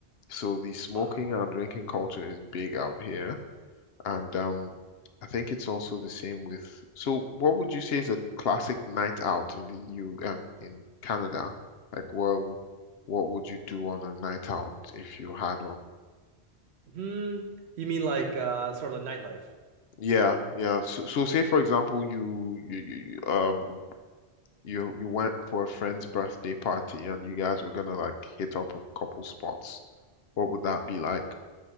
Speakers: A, on the left (about 70°); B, on the right (about 75°).
A: So the smoking
B: Wow.
A: and drinking culture is big out here, and um, I think it's also the same with. So, what would you say is a classic night out in the EU, um, in Canada? Like, well, what would you do on a night out if you had one?
B: Hmm. You mean like uh, sort of like nightlife?
A: Yeah, yeah. So, so say for example, you, you, you um you you went for a friend's birthday party and you guys were gonna like hit up a couple spots. What would that be like?